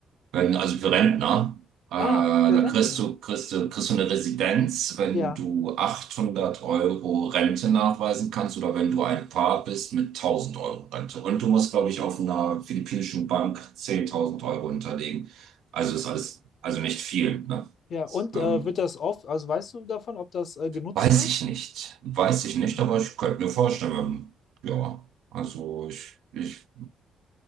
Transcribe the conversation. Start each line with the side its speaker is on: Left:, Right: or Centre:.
Right: wenn, also für Rentner. Äh, da
Left: Ah, für Rentner.
Right: kriegst du, kriegst du, kriegst du eine Residenz, wenn
Left: Ja,
Right: du 800 Euro Rente nachweisen kannst oder wenn du ein Paar bist mit tausend Euro Rente. Und du musst, glaube ich, auf einer philippinischen Bank 10.000 Euro hinterlegen. Also ist alles, also nicht viel, ne?
Left: ja. Und
Right: Ähm,
Left: äh, wird das oft, also weißt du davon, ob das äh, genutzt
Right: Weiß
Left: wird?
Right: ich nicht. Weiß ich nicht,
Left: Ähm,
Right: aber ich könnte mir vorstellen, ja, also ich, ich